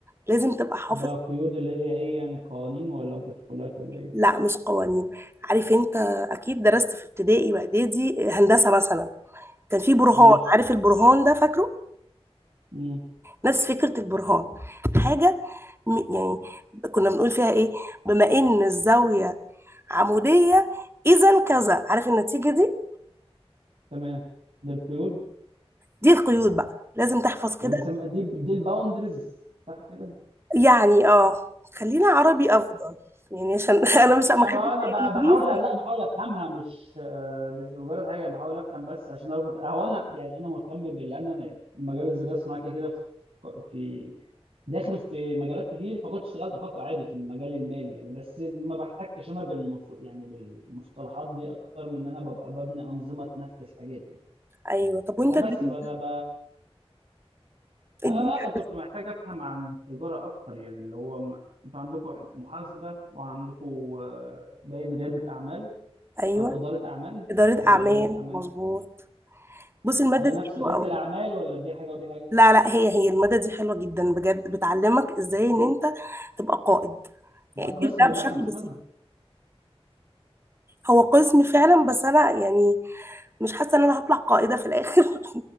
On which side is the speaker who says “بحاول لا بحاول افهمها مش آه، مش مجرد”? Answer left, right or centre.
Right